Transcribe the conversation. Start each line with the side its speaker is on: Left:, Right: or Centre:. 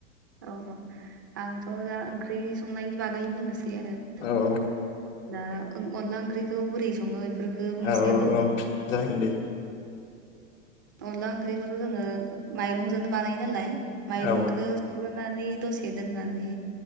Right: औ आंथ' दा ओंख्रि संनायनि बागै बुंनोसै <unintelligible>
Left: औ औ
Right: दा अनला ओंख्रिखौ बोरै सङो बेफोरखो बुंनोसै
Left: औ औ
Right: आङो
Left: औ जागोन दे
Right: अनला ओंख्रिखौथ' जोङो माइरंजोंनो बानाय नालाय माइरंखो
Left: औ
Right: सुग्रोनानै दसे दोननानै